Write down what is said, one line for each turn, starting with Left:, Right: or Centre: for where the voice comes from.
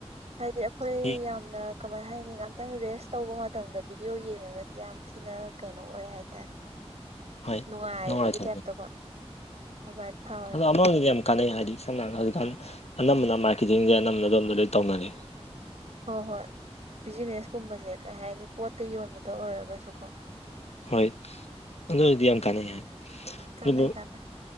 Right: ꯍꯥꯏꯗꯤ ꯑꯈꯣꯏ
Left: ꯃꯤ
Right: ꯌꯥꯝꯅ ꯀꯃꯥꯏ ꯍꯥꯏꯅꯤ ꯉꯍꯥꯛꯇꯪ ꯔꯦꯁ ꯇꯧꯕ ꯃꯇꯝꯗ ꯚꯤꯗꯤꯑꯣ ꯌꯦꯡꯉꯒꯗꯤ ꯌꯥꯝ ꯊꯤꯅ ꯀꯩꯅꯣ ꯑꯣꯏ ꯍꯥꯏꯇꯥꯔꯦ
Left: ꯍꯣꯏ
Right: ꯅꯨꯡꯉꯥꯏꯕꯒꯤ
Left: ꯅꯨꯡꯉꯥꯏꯊꯣꯛꯄ
Right: ꯇꯥꯏꯞꯇꯀꯣ <unintelligible>
Left: ꯑꯗꯣ ꯑꯃꯔꯣꯝꯗꯗꯤ ꯌꯥꯝ ꯀꯥꯟꯅꯩ ꯍꯥꯏꯗꯤ ꯁꯝꯅ ꯍꯧꯖꯤꯛꯀꯥꯟ ꯑꯅꯝꯕꯅ ꯃꯥꯔꯀꯦꯇꯤꯡꯁꯦ ꯑꯅꯝꯕꯅ ꯑꯗꯣꯝꯗ ꯂꯣꯏ ꯇꯧꯅꯔꯦ
Right: ꯍꯣꯏ ꯍꯣꯏ ꯕꯤꯖꯤꯅꯦꯁꯀꯨꯝꯕꯁꯦ ꯀꯩ ꯍꯥꯏꯅꯤ ꯄꯣꯠꯇ ꯌꯣꯟꯕꯗ ꯑꯣꯏꯔꯒꯁꯨ ꯀꯣ
Left: ꯍꯣꯏ ꯑꯗꯨ ꯑꯣꯏꯔꯗꯤ ꯌꯥꯝ ꯀꯥꯟꯅꯩ ꯍꯥꯏ
Right: ꯀꯥꯟꯅꯩ
Left: ꯑꯗꯨꯕꯨ
Right: ꯀꯥꯟꯅꯩ